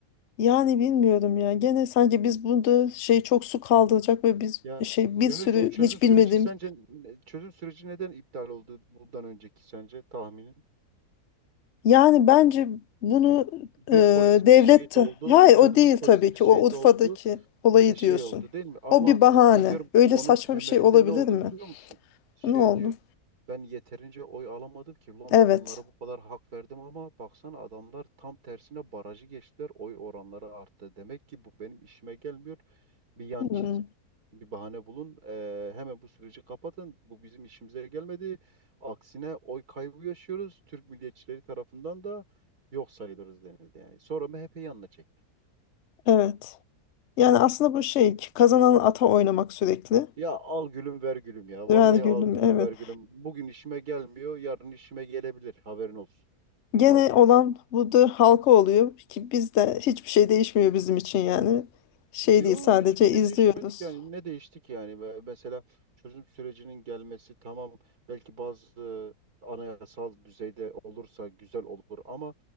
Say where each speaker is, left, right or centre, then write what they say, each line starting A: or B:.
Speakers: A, on the left; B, on the right.
A: Yani bilmiyorum ya. Gene sanki biz burada şey çok su kaldıracak ve biz
B: Ya
A: şey bir
B: ya
A: sürü
B: hiç o çözüm
A: hiç
B: süreci
A: bilmediğimiz.
B: sence çözüm süreci neden iptal oldu bundan önceki sence tahminin?
A: Yani bence bunu
B: Bir
A: e,
B: polisimiz
A: devlet
B: şehit
A: de-
B: oldu,
A: hayır o
B: dur
A: değil
B: bir polisimiz
A: tabii ki.
B: şehit
A: O Urfa'daki
B: oldu.
A: olayı
B: e, şey
A: diyorsun.
B: oldu değil mi? Ama
A: O bir bahane.
B: ben diyorum
A: Öyle
B: onun
A: saçma
B: temelinde
A: bir şey olabilir
B: ne oldu
A: mi?
B: biliyor musun? Şey
A: Ne oldu?
B: diyor. Ben yeterince oy alamadım ki. Ulan
A: Evet.
B: ben bunlara bu kadar hak verdim ama baksana adamlar tam tersine barajı geçtiler. Oy oranları arttı. Demek ki bu benim işime gelmiyor. Bir yan
A: Hmm,
B: çizin. Bir bahane bulun. e, hemen bu süreci kapatın. Bu bizim işimize gelmedi. Aksine oy kaybı yaşıyoruz. Türk milliyetçileri tarafından da yok sayılırız denildi yani. Sonra MHP yanına çekti.
A: evet. Yani aslında bu şey kazanan ata oynamak sürekli.
B: Ya al gülüm ver gülüm ya.
A: Ver
B: Vallahi
A: gülüm.
B: al gülüm
A: Evet.
B: ver gülüm. Bugün işime gelmiyor, yarın işime gelebilir. Haberin olsun.
A: Gene
B: Tarzı.
A: olan budur halka oluyor ki bizde hiçbir şey değişmiyor bizim için yani. Şey
B: Yo
A: değil sadece
B: hiçbir şey
A: izliyoruz.
B: değişmedik yani ne değiştik yani Ve mesela çözüm sürecinin gelmesi tamam belki bazı anayasal düzeyde olursa güzel olur ama